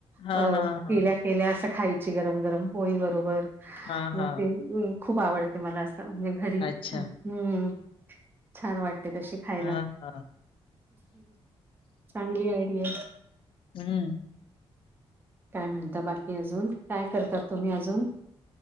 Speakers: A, on the left; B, on the right.
A: हां,
B: अ
A: हां, हां.
B: केल्या केल्या असं खायची गरम गरम पोळी बरोबर.
A: हां,
B: मग
A: हां.
B: ते खूप आवडते मला असं म्हणजे घरी
A: अच्छा.
B: हम्म छान वाटत कशी खायला
A: हां, हां.
B: चांगली आयडी
A: हम्म
B: काय म्हणता बाकी अजून काय करतात तुम्ही अजून